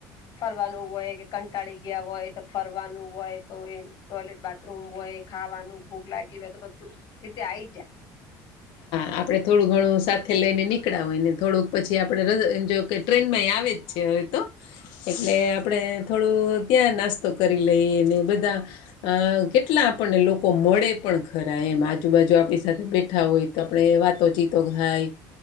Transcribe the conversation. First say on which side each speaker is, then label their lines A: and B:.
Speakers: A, on the left; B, on the left.
A: ફરવાનું હોય કે કંટાળી ગયા હોય તો ફરવાનું હોય તો એ ટોયલેટ બાથરૂમ હોય. ખાવાનું ભૂખ લાગી હોય તો બધું રીતે આઈ જાય.
B: આપણે થોડું ઘણું સાથે લઈને નીકળાવ હોય ને થોડુંક પછી આપણે ર એમ જો કે ટ્રેનમાં આવે જ છે હવે તો. એટલે આપણે થોડું ત્યાં નાસ્તો કરી લઈએ ને બધા. અ કેટલા આપણને લોકો મળે પણ ખરા એમ આજુબાજુ આપણી સાથે બેઠ. હોય તો આપણે વાતોચીતો થાય